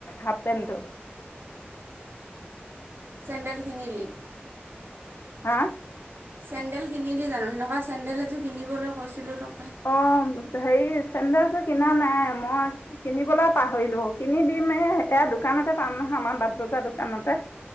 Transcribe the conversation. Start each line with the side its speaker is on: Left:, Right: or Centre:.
Left: হাফ পেণ্টটো
Right: চেণ্ড্ৰেল কিনিলি?
Left: হা?
Right: চেন্ডেল কিনিলি জানো, সেনেকা চেন্দেল এযোৰ কিনিবলৈ কৈছিলো ত
Left: অ সেই চেন্দেল চ কি কিনা নাই মই কিনিবলৈ পাহৰিলো। কিনি দিম এই এয়া দোকানতে পাম নহয় আমাৰ বাট বজাৰ দোকানতে।